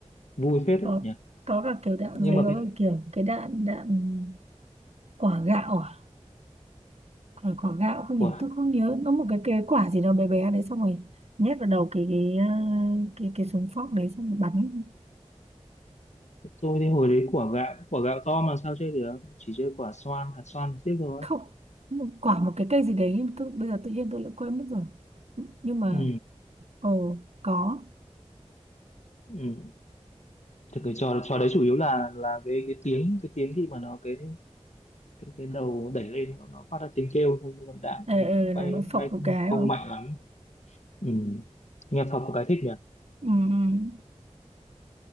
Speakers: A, on the left (about 70°); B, on the right (about 60°).
A: vui phết
B: có
A: đấy nhỉ
B: có cả kiểu đạn
A: nhưng
B: giấy
A: mà
B: có
A: cái
B: cả kiểu cái đạn đạn quả gạo à quả quả gạo không
A: quả
B: nhớ tôi không nhớ nó một cái cái quả gì đó bé bé đấy xong rồi nhét vào đầu cái cái ờ, cái cái súng phóc đấy xong rồi bắn
A: tôi thì hồi đấy quả gạo quả gạo to mà sao chơi được chỉ chơi quả xoan hạt xoan tiếp thôi
B: không một quả một cái cây gì đấy tôi bây giờ tự nhiên tôi lại quên mất rồi nhưng mà
A: ừ
B: ồ có
A: ừ thì cái trò trò đấy chủ yếu là là cái cái tiếng cái tiếng khi mà nó cái cái cái đầu đẩy lên nó, nó phát ra tiếng kêu xong rồi đạn
B: ừ,
A: thì nó
B: ừ,
A: cũng
B: là
A: bay
B: nó phộc
A: bay
B: một
A: không
B: cái
A: không
B: đúng không
A: mạnh lắm ừ nghe thật có cái thích nhỉ
B: ừ, ừ.